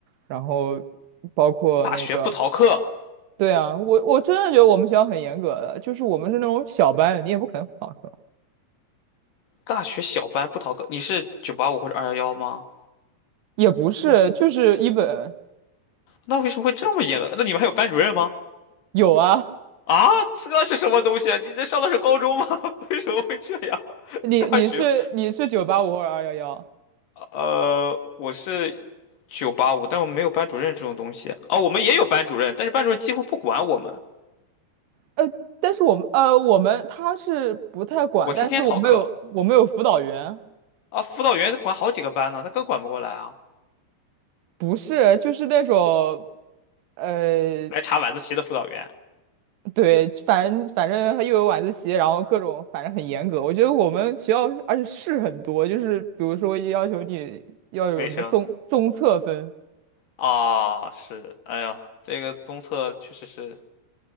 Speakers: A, on the right (about 90°); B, on the left (about 65°).
A: 然后包括那个。
B: 大学不逃课，
A: 对啊，我我真的觉得我们学校很严格的，就是我们是那种小班，你也不可能旷课，
B: 大学小班不逃课，你是九八五或者二幺幺吗？
A: 也不是，
B: 不是，
A: 就是一本
B: 那为什么会这么严格？那你们还有班主任吗？
A: 有啊，
B: 啊，这是什么东西啊？你这上的是高中吗？<laughs> 为什么会这样？
A: 你你是你是九八五或者二幺幺，
B: 大学呃，我是九八五，但我们没有班主任这种东西。啊。我们也有班主任，但是班主任几乎不管我们。
A: 呃，但是我们呃我们他是不太管，
B: 我天天逃课
A: 但是我们有我们有辅导员，
B: 啊，辅导员管好几个班呢，他更管不过来啊。
A: 不是就是那种，呃，
B: 来查晚自习的辅导员，
A: 对，反正反正又有晚自习，然后各种反正很严格，我觉得我们学校而且事很多，就是比如说要求你要有什么综综测分。
B: 卫生啊，是，哎呀，这个综测确实是，